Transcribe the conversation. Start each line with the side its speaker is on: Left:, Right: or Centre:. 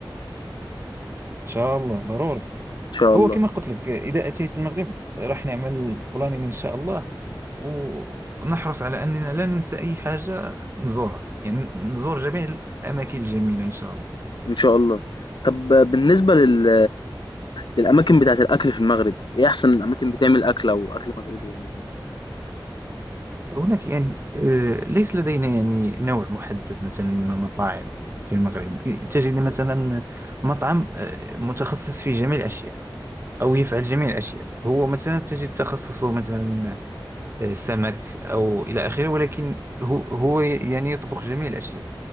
Right: شاء الله ضروري
Left: إن شاء الله
Right: هو كما قلت لك إذا أتيت المغرب راح نعمل بلانين إن شاء الله ونحرص على أننا لا ننسى أي حاجة نزورها يعني نزور جميع الأماكن الجميلة إن شاء الله
Left: إن شاء الله. طب بالنسبة لل للأماكن بتاعة الأكل في المغرب، إيه أحسن أماكن بتعمل أكل أو أكل مغربي يعني في المغرب؟
Right: هناك يعني آه، ليس لدينا يعني نوع محدد مثلا من المطاعم في المغرب تجد مثلا مطعم آه، متخصص في جميع الأشياء أو يفعل جميع الأشياء هو مثلا تجد تخصصه مثلا آه، سمك أو إلى آخره ولكن هو هو يعني يطبخ جميع الأشياء